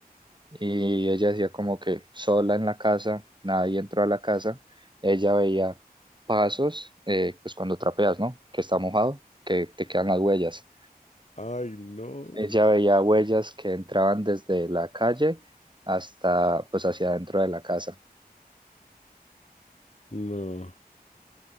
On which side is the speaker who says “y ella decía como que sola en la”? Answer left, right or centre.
Right